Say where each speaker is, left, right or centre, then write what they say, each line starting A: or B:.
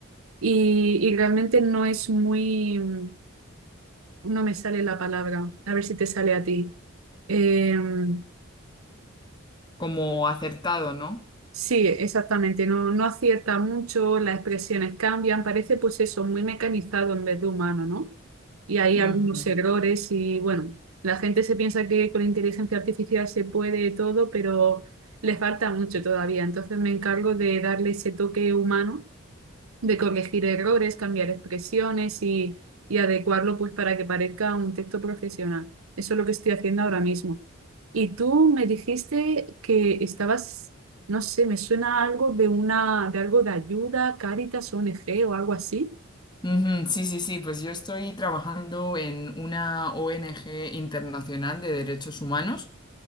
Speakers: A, on the right; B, on the left.
A: y, y realmente no es muy, mm, no me sale la palabra. A ver si te sale a ti. Em,
B: Como acertado, ¿no?
A: Sí, exactamente, no, no acierta mucho, las expresiones cambian, parece pues eso, muy mecanizado en vez de humano, ¿no? Y hay
B: Ujú.
A: algunos errores y bueno, la gente se piensa que con inteligencia artificial se puede todo, pero le falta mucho todavía, entonces me encargo de darle ese toque humano de corregir errores, cambiar expresiones y, y adecuarlo pues para que parezca un texto profesional. Eso es lo que estoy haciendo ahora mismo. Y tú me dijiste que estabas, no sé, me suena algo de una, de algo de ayuda, Cáritas, ONG o algo así.
B: Ujú, Sí, sí, sí, pues yo estoy trabajando en una ONG internacional de derechos humanos.